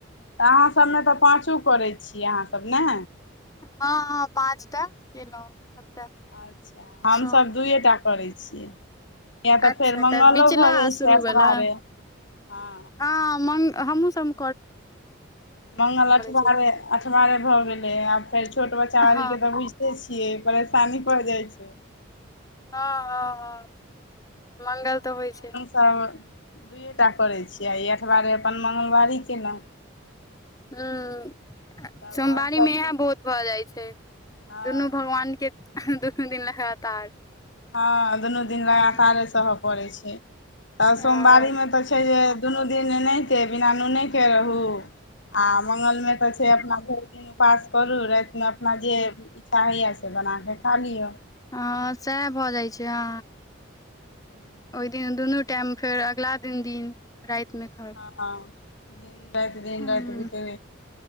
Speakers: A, on the left; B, on the left.
A: तऽ अहाँ सबमे तऽ पाँचो करै छियै अहाँ सब ने
B: हँ हँ पाँचटा केलहुँ सबटा
A: अच्छा हमसभ
B: सोम
A: दुए टा करैत छियै किये
B: अच्छा
A: तऽ फेर मङ्ंगलो
B: बिचला
A: भऽ गेल
B: आ शुरू
A: छै अठबारे
B: वला
A: हँ
B: हँ मं हमहुँ सब म
A: मंगल अठबारे
B: छै
A: अठबारे भऽ गेलै आ फेर छोट बच्चा
B: हँ
A: वाली के तऽ बुझ छियै परेशानी भऽ जाइ छै
B: हँ हँ हँ मंगल तऽ होइ छै
A: तब दुइयए टा करैत छी आ ई अठबारे अपन मंगलवारी केलहुँ
B: हूंम्म
A: तब
B: सोमवारी
A: आओर सभ
B: मे एहेन बहुत भऽ जाइ छै,
A: हँ
B: दुनू भगवान के। दुनू दिन लगातार
A: हँ दुनू दिन लगातारे
B: हँ
A: सहय पड़ैत छै तऽ
B: हँ
A: सोमवारीमे तऽ छै जे दुनू दिन नहि के बिना नूने के रहू, आ मंगल मे तऽ छै अपना भरि। दिन उपवास करू रातिमे अपना जे इच्छा होइए से बनाके खा लिअ
B: हँ सएह भऽ जाइत छै हँ
A: <inaudible>
B: न दुनू टाइम फेर अगला दिन दिन राति मे खाउ
A: हँ दिन-राति, दिन-राति
B: हूँ
A: बितै